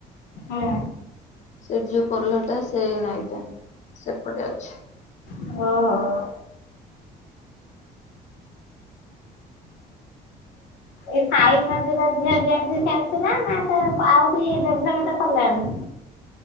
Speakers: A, on the left (about 80°); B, on the left (about 45°).
A: ହଁ
B: ସେ ଯୋଉ ପୋଲହ ଟା ସେଇ ନଇଁଟା ସେପଟେ ଅଛି।
A: ଓହୋ ଏ ସାଇ ମନ୍ଦିର ଝିଅ ଯେମିତି ସେମିତି ନା ନା ତାକୁ ଆହୁରି ଢ଼େଭ୍ଲମେଣ୍ଟ କଲାଣି?